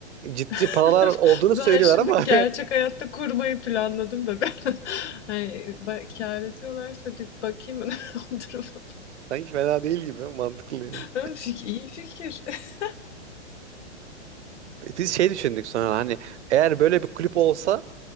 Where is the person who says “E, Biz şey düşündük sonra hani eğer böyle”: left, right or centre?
Right